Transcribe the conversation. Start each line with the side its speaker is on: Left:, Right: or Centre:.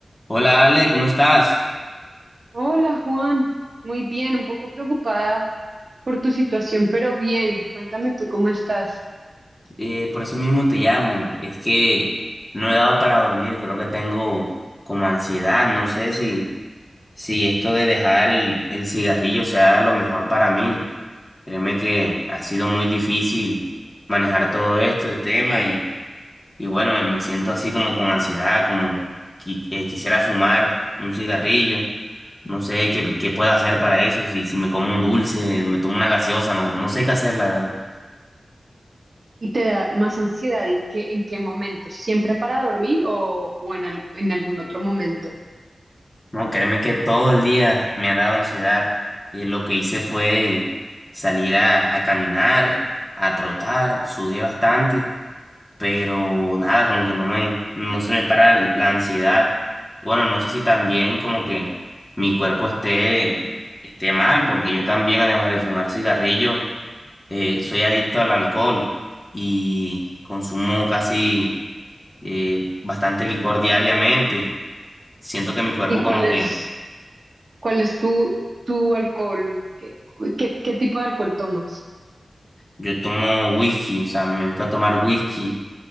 Left: Hola Ale, ¿cómo estás?
Right: Hola Juan, muy bien, un poco preocupada por tu situación, pero bien, cuéntame tú cómo estás
Left: Eh, por eso mismo te llamo. Es que no he dado para dormir, creo que tengo como ansiedad. No sé si, si esto de dejar el, el cigarrillo sea lo mejor para mí. Créeme que ha sido muy difícil manejar todo este tema y, y bueno, eh, me siento así como con ansiedad, como qui- eh, quisiera fumar un cigarrillo. No sé qué, qué puedo hacer para eso, si, si me como un dulce, me tomo una gaseosa, no, no sé qué hacer, la verdad.
Right: y te da más ansiedad en qué, en qué momento, siempre para dormir o, o en, al- en algún otro momento.
Left: No, créeme que todo el día me ha dado ansiedad. Eh, lo que hice fue salir a, a caminar, a trotar, sudé bastante, pero nada, como que no me, no se me para la ansiedad. Bueno, no sé si también como que mi cuerpo esté, esté mal, porque yo también, además de fumar cigarrillo, eh, soy adicto al alcohol y consumo casi eh, bastante licor diariamente. Siento que mi cuerpo
Right: ¿Y
Left: como
Right: cuál es,
Left: que
Right: cuál es tu, tu alcohol? ¿Qué, qué, qué tipo de alcohol tomas?
Left: Yo tomo whisky, o sea, me gusta tomar whisky,